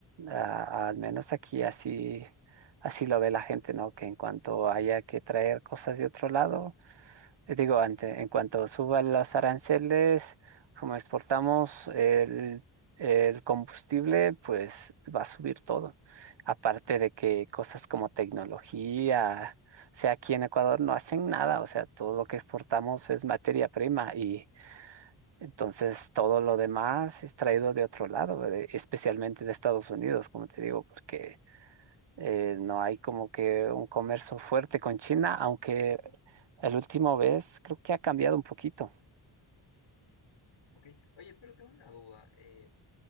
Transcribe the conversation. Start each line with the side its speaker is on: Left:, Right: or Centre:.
Right: Ah, al menos aquí así, así lo ve la gente, ¿no? Que en cuanto haya que traer cosas de otro lado, eh, digo, ante, en cuanto suban los aranceles, como exportamos el, el combustible, pues va a subir todo. Aparte de que cosas como tecnología... O sea, aquí en Ecuador no hacen nada, o sea, todo lo que exportamos es materia prima y entonces, todo lo demás es traído de otro lado, ¿verdad? Especialmente de Estados Unidos, como te digo, porque eh, no hay como que un comercio fuerte con China, aunque el último vez creo que ha cambiado un poquito.
Left: Ok, oye, pero tengo una duda. eh,